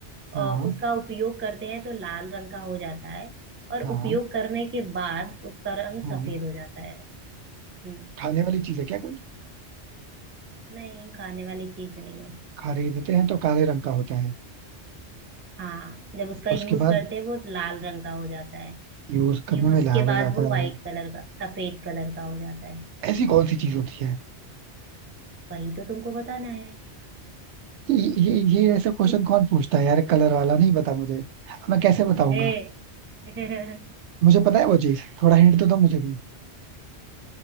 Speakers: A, on the right; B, on the right.
A: हाँ
B: और उसका उपयोग करते हैं तो लाल रंग का हो जाता है और
A: हाँ हाँ
B: उपयोग करने के बाद उसका रंग
A: हाँ।
B: सफेद हो जाता है हम्म
A: खाने वाली चीज है क्या कोई
B: नहीं खाने वाली चीज नहीं है
A: खरीदते हैं तो काले रंग का होता है
B: हाँ जब उसका
A: उसके
B: यूज
A: बाद
B: करते हैं वो लाल रंग का हो जाता है
A: यूज करने
B: यूज
A: में लाल
B: के
A: हो
B: बाद
A: जाता
B: वो
A: है
B: वाइट कलर का सफेद कलर का हो जाता है
A: ऐसी कौन सी चीज होती है
B: वही तो तुमको बताना है
A: ये ये ये ऐसा क्वेश्चन
B: <laughs>
A: कौन पूछता है यार कलर वाला नहीं पता मुझे मैं कैसे बताऊंगा
B: A <laughs>
A: मुझे पता है वो चीज थोड़ा हिंट तो दो मुझे भी